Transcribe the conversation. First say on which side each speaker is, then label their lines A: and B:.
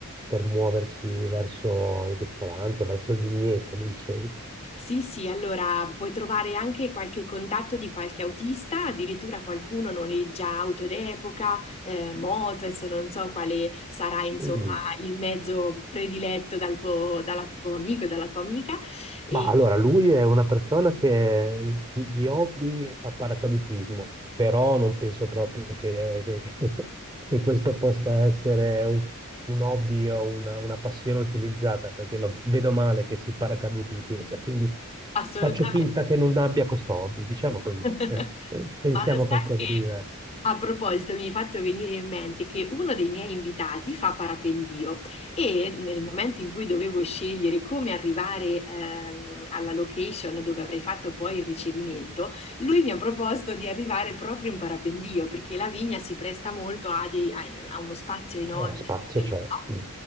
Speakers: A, on the right; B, on the left.
A: per muoversi verso il ristorante, verso il vigneto, mi dicevi.
B: sì, sì, allora puoi trovare anche qualche contatto di qualche autista, addirittura qualcuno noleggia auto d'epoca, eh, moto, adesso non so quale sarà, insomma,
A: Mm.
B: il mezzo prediletto dal tuo, dalla tuo amico e dalla tua amica. E
A: Ma allora, lui è una persona che di, di hobby fa paracadutismo, però non penso proprio che, che- <laughs> che questo possa essere un, un hobby o una, una passione utilizzata, perché lo vedo male che si paracaduti in chiesa, quindi
B: Assolutamente.
A: faccio finta che non abbia questo hobby, diciamo
B: <laughs>
A: così.
B: Ma
A: eh. Eh, Pensiamo
B: lo sai
A: a qualcosa
B: che
A: di diverso.
B: a proposito, mi hai fatto venire in mente che uno dei miei invitati fa parapendio e nel momento in cui dovevo scegliere come arrivare ehm, alla location dove avrei fatto poi il ricevimento, lui mi ha proposto di arrivare proprio in parapendio perché la vigna si presta molto a, dei- a- a uno spazio enorme
A: Eh, spazio
B: all'interno,
A: c'è.
B: no?
A: mm.